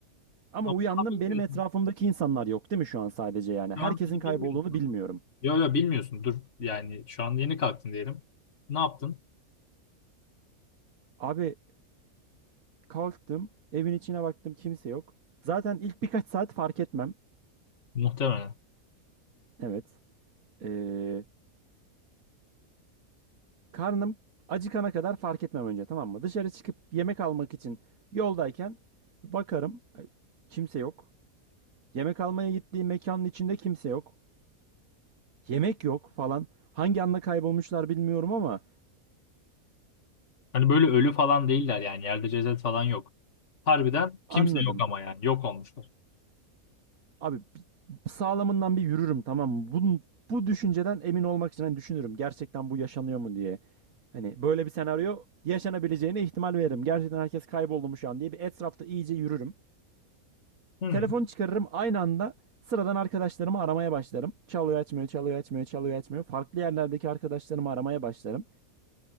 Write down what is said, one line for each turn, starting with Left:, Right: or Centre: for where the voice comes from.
Right: Ama
Left: Ama
Right: uyandım
Left: daha bilmiyorsun.
Right: benim etrafımdaki insanlar yok değil mi şu an sadece yani? Herkesin
Left: Şu an bunu
Right: kaybolduğunu
Left: bilmiyorsun ama.
Right: bilmiyorum.
Left: Yok yok bilmiyorsun. Dur yani şu an yeni kalktın diyelim. Ne yaptın?
Right: Abi kalktım evin içine baktım kimse yok. Zaten ilk birkaç saat fark etmem.
Left: Muhtemelen.
Right: Evet. Ee, karnım acıkana kadar fark etmem önce tamam mı? Dışarı çıkıp yemek almak için yoldayken bakarım e, kimse yok. Yemek almaya gittiğim mekanın içinde kimse yok. Yemek yok falan. Hangi anda kaybolmuşlar bilmiyorum ama
Left: Hani böyle ölü falan değiller yani. Yerde ceset falan yok. Harbiden
Right: anladım.
Left: kimse yok ama yani. Yok olmuşlar.
Right: Abi sağlamından bir yürürüm tamam mı? Bunun, bu düşünceden emin olmak için hani düşünürüm. Gerçekten bu yaşanıyor mu diye. Hani böyle bir senaryo yaşanabileceğine ihtimal veririm. Gerçekten herkes kayboldu mu şu an diye bir etrafta iyice yürürüm.
Left: Hmm.
Right: Telefonu çıkarırım aynı anda sıradan arkadaşlarımı aramaya başlarım. Çalıyor açmıyor, çalıyor açmıyor, çalıyor açmıyor. Farklı yerlerdeki arkadaşlarımı aramaya başlarım.